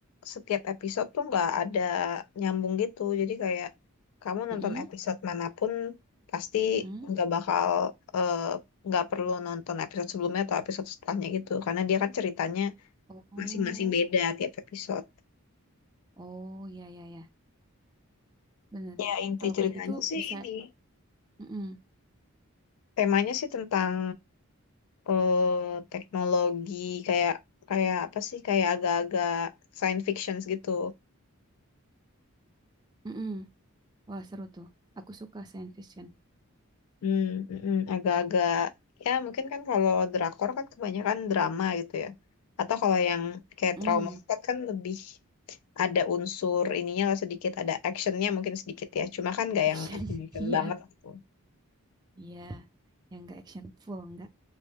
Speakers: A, on the left; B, on the right.
A: setiap episode tuh nggak ada nyambung gitu. Jadi kayak kamu nonton
B: Mm-mm,
A: episode manapun pasti
B: mm-mm.
A: nggak bakal eh, nggak perlu nonton episode sebelumnya atau episode setelahnya gitu. Karena dia kan ceritanya
B: Oh,
A: masing-masing beda tiap episode.
B: oh ya ya ya, bener.
A: Ya inti
B: Kalau
A: ceritanya
B: kayak gitu
A: sih
B: bisa,
A: ini
B: mm-mm,
A: temanya sih tentang eh, teknologi kayak kayak apa sih kayak agak-agak science fiction gitu.
B: mm-mm. Wah seru tuh. Aku suka science fiction.
A: Hmm, mm, mm, agak-agak ya mungkin kan kalau drakor kan kebanyakan drama gitu ya. Atau kalau yang kayak
B: Mm-mm.
A: trauma court kan lebih ada unsur ininya lah sedikit, ada actionnya mungkin sedikit ya. Cuma kan nggak
B: Action,
A: yang action
B: <laughs> iya,
A: banget gitu.
B: iya. Yang nggak action full nggak.